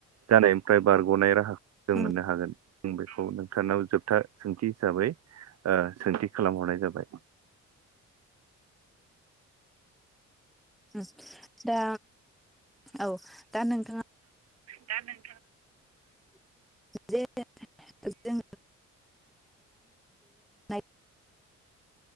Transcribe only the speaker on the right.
जानायनिफ्राय बारग'नाय राहाखौ जों
मोननो हागोन आं बेखौ नोंथांनाव जोबथा सोंथि हिसाबै ओ सोंथि खालामहरनाय जाबाय?
दा नों